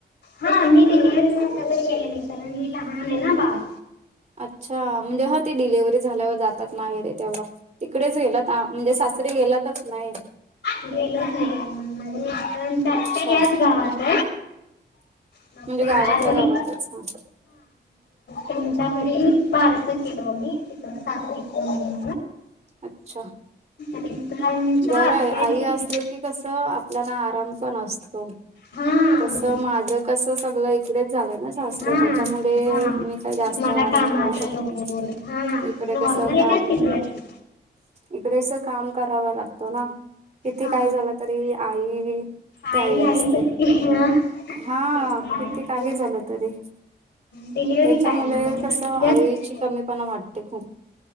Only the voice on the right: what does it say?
अच्छा म्हणजे हा ते डिलेव्हरी झाल्यावर जातात नागैरे तेव्हा तिकडेच गेलात म्हणजे सासरीे गेलातच नाही.
अच्छा
म्हणजे
गावातला
गावातच ना.
अच्छा.
बरं
आहे आई असले की कसं आपल्याला आराम पण असतो.
तस
माझ कस सगळ इकडेच झालंय ना सास्रे
त्याच्यामुळे मी काय
जास्त आराम
करू शकत
नाही
इकडे
कस
काम
इकडेच काम करावं लागतो ना किती
काय झालं तरी आई. त्याही
असते
हा
किती
काही झालं तरी
त्याच्यामुळे
तस आईची
कमी पणा वाटते खूप